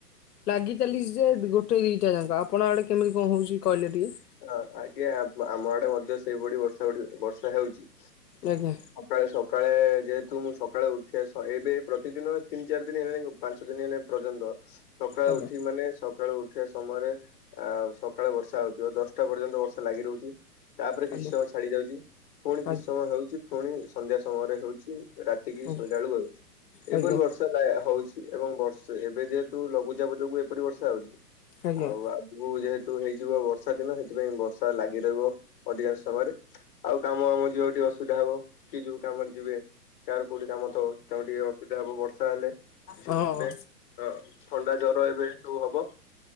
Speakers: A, on the left (about 75°); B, on the left (about 35°).
A: ଲାଗି ଚାଲିଛି ଯେ ଗୋଟେ ଦି ଟା ଯାଙ୍କ ଆପଣ ଆଡ଼େ କେମିତି କଣ ହଉଛି କହିଲେ ଟିକେ।
B: ହଁ ଆଜ୍ଞା ଆମ ଆଡେ ମଧ୍ୟ ସେଇଭଳି ବର୍ଷା ଗୁଡ଼ିକ ବର୍ଷା ହେଉଛି।
A: ଆଜ୍ଞା।
B: ସକାଳେ ସକାଳେ ଯେହେତୁ ମୁଁ ସକାଳେ ଉଠିବା ସ ଏବେ ପ୍ରତିଦିନ ତିନି ଚାରି ଦିନ ହେଲାଣି ପାଞ୍ଚ ଦିନ ହେଲେ ଏ ପର୍ଯ୍ୟନ୍ତ ସକାଳୁ
A: ଆଜ୍ଞା
B: ଉଠିବି ମାନେ ସକାଳୁ ଉଠିବା ସମୟରେ ଆ ସକାଳୁ ବର୍ଷା ହଉଛି। ଦଶଟା ପର୍ଯ୍ୟନ୍ତ ବର୍ଷା ଲାଗି ରହୁଛି ତାପରେ
A: ଆଜ୍ଞା
B: କିଛି ସମୟ ଛାଡି ଯାଉଛି ପୁଣି କିଛି
A: ଆଜ୍ଞା
B: ସମୟ ହେଉଛି ପୁଣି ସନ୍ଧ୍ୟା ସମୟରେ ହେଉଛି ରାତିକି ଶୋଇଲା
A: ଆଜ୍ଞା
B: ବେଳକୁ ହେଉଛି
A: ଆଜ୍ଞା
B: ଏଇପରି ବର୍ଷ ବର୍ଷା ହଉଛି ଏବଂ ବର୍ଷେ ଏବେ ଯେହେତୁ ଲଘୁଚାପ ଯୋଗୁଁ ଏପରି ବର୍ଷା ହେଉଛି
A: ଆଜ୍ଞା
B: ଆଉ ଆଗକୁ ଯେହେତୁ ହେଇଯିବ ବର୍ଷ ବର୍ଷା ଦିନ ସେଥିପାଇଁ ବର୍ଷା ଲାଗି ରହିବ ଅଧିକାଂଶ ସମୟରେ। ଆଉ କାମ ଆମ ଯିବାକୁ ଟିକେ ଅସୁବିଧା ହବ କିଏ ଯୋଉ କାମ ରେ ଯିବେ। କାହାର କୋଉଠି କାମ ଥିବ ତାଙ୍କୁ ଟିକେ ଅସୁବିଧା ହବ ବର୍ଷା ହେଲେ <unintelligible>
A: ହଁ।
B: ହଁ ଥଣ୍ଡା ଜର ଏବେ ସବୁ ହବ